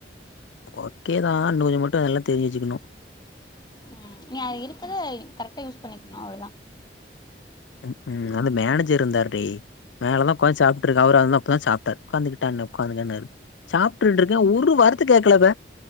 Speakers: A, on the left; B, on the left.
A: ஓகேதா இன்னு கொஞ்ச மட்டு அதெல்ல தெரிஞ்சு வச்சுக்கணு
B: ம் நீ அது இருக்கரத கரெக்டா யூஸ் பண்ணிக்குணு அவ்ளுதா
A: ம் அந்த மேனேஜர் இருந்தார்டி மேலா தா ஒக்காந்து சாப்ட்டுருகு அவரு அப்ப தா சாப்டாரு உக்காந்துட்டா என உக்காருங்கனாரு சாப்ட்டுட்டு இருக்கே ஒரு வார்த்த கேக்கல இவ